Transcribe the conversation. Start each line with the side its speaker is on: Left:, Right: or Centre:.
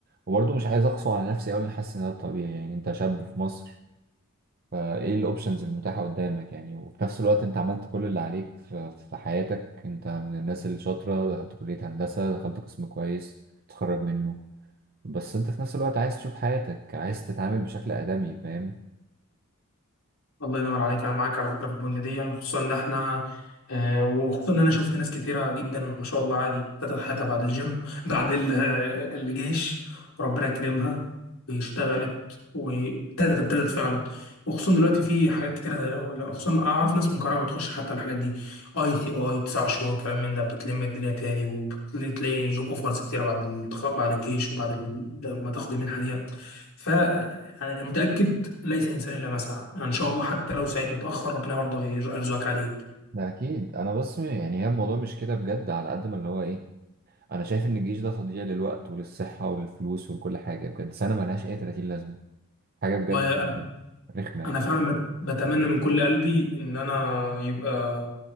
Right: وبرضه مش عايز اقسو على نفسي اقول ان حاسس ان ده طبيعي يعني انت شاب في مصر فايه الاوبشنز المتاحة قدامك يعني وفي نفس الوقت انت عملت كل اللي عليك في في حياتك انت من الناس اللي شاطرة دخلت كلية هندسة دخلت قسم كويس تخرج منه بس انت في نفس الوقت عايز تشوف حياتك عايز تتعامل بشكل آدمي فاهم
Left: الله ينور عليك انا معاك على فكره في البند دي خصوصا ان احنا آه، وخصوصا ان انا شفت ناس كتيره جدا ما شاء الله عادي ابتدت حياتها بعد الجيم بعد ال- آه، الجيش وربنا كرمها واشتغلت وابتدت ابتدت فعلا وخصوصا دلوقتي في حاجات كتيره زي خصوصا اعرف ناس من كهرباء بتخش حتى الحاجات دي اي تي اي تسع شهور كلام من ده بتلم الدنيا تاني وبتلاقي جوب اوفرز كتيره بعد التخرج بعد الجيش وبعد ال- لما تاخد المنحه دي فانا متاكد ليس انسان الا ما سعى يعني ان شاء الله حتى لو سعيت متاخر ربنا برضه هيرزقك عادي
Right: ده اكيد انا بس م- يعني هي الموضوع مش كده بجد على قد ما اللي هو ايه انا شايف ان الجيش ده تضييع للوقت وللصحة وللفلوس ولكل حاجة بجد سنة ملهاش اي 30 لازمة حاجة بجد
Left: جدا
Right: رخمة يعني
Left: انا فعلا بت- بتمنى من كل قلبي ان انا يبقى